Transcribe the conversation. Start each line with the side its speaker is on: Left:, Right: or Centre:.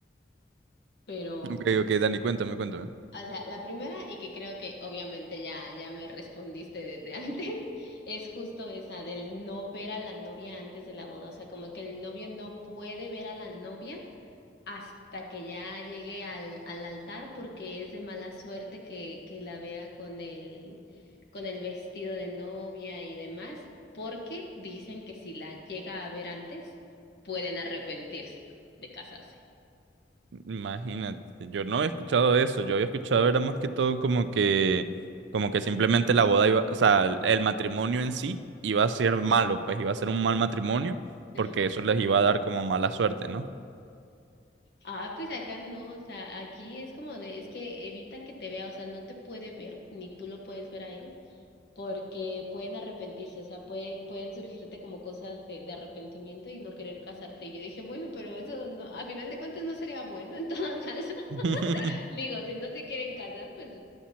Left: Pero,
Right: Ok, ok, Dani, cuéntame, cuéntame.
Left: o sea, la primera y que creo que obviamente ya, ya me respondiste desde antes. <laughs> Es justo esa del no ver a la novia antes de la boda, o sea, como que el novio no puede ver a la novia hasta que ya llegue al, al altar porque es de mala suerte que, que la vea con el, con el vestido de novia y demás, porque dicen que si la llega a ver antes, pueden arrepentirse de casarse.
Right: Imagínate, yo no había escuchado eso, yo había escuchado era más que todo como que, como que simplemente la boda iba, o sea, el matrimonio en sí iba a ser malo, pues iba a ser un mal matrimonio,
Left: Ajá.
Right: porque eso les iba a dar como mala suerte, ¿no?
Left: Ah, pues acá no, o sea, aquí es como de, es que evita que te vea, o sea, no te puede ver, ni tú lo puedes ver a él. porque pueden arrepentirse, o sea, pueden, pueden surgirte como cosas de, de arrepentimiento y no querer casarte. Y yo dije, bueno, pero eso no, a final de cuentas no sería bueno en todo <laughs> caso.
Right: <laughs>
Left: Digo, si no se quieren casar, pues